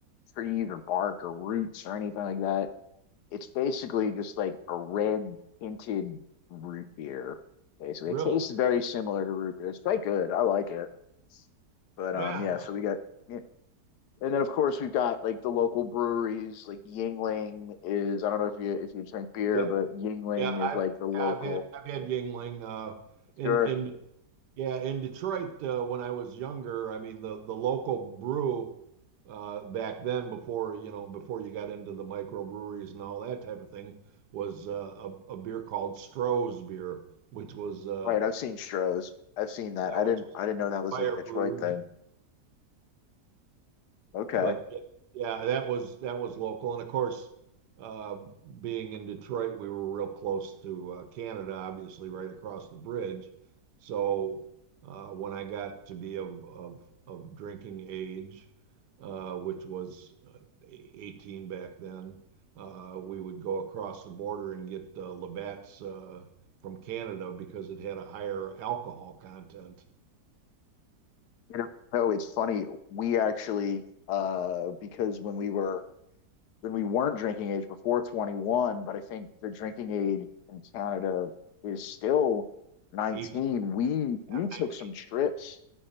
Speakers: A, on the left (about 75°); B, on the right (about 75°).
A: trees or bark or roots or anything like that. It's basically just like a red tinted root beer. Basically,
B: really?
A: it tastes very similar to root beer. It's quite good. I like it. But
B: Yeah.
A: um, yeah. So we got yeah. And then of course we've got like the local breweries, like Yingling is I don't know if you if you drink beer,
B: yeah,
A: but Yingling
B: Yeah. I've
A: is like the local.
B: I've had I've had Yingling uh in
A: Sure.
B: in yeah, in Detroit uh, when I was younger, I mean the the local brew uh back then before, you know, before you got into the microbreweries and all that type of thing was uh, a, a beer called Stroh's beer, which was uh
A: Right, I've seen Stroh's. I've seen that.
B: yeah,
A: I
B: which
A: didn't
B: was
A: I didn't know that was
B: fire
A: like a Detroit
B: brewed.
A: thing. Okay.
B: But yeah, that was that was local, and of course, uh, being in Detroit, we were real close to uh, Canada, obviously, right across the bridge. So uh, when I got to be of of of drinking age, uh, which was uh, 18 back then, uh, we would go across the border and get uh, Labatt's uh, from Canada because it had a higher alcohol content.
A: You know, oh, it's funny. We actually uh because when we were when we weren't drinking age before 21, but I think the drinking age in Canada is still 19.
B: 18,
A: We we took
B: nineteen,
A: some trips.